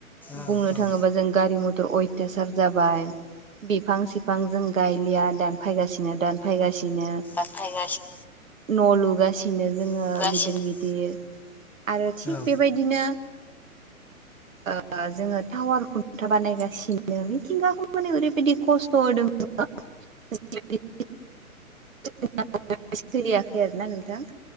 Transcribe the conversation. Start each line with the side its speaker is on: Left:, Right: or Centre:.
Centre: औ
Right: बुंनो थाङोबा
Centre: औ
Right: जों गारि मथर अयथासार जाबाय बिफां सिफां जों गायलिया दानफायगासिनो दानफायगासिनो
Centre: फायगासिनो
Right: न' लुगासिनो जोङो
Centre: दानफायगासिनो
Right: गिदिर गिदिर आरो थिग
Centre: औ
Right: बेबायदिनो ओ जोङो टावार खुन्था बानायगासिनो मिथिंगाखौ माने ओरैबायाददि खस्थ' होदों जोङो <inaudible> <inaudible> सोलियाखै आरोना नोंथां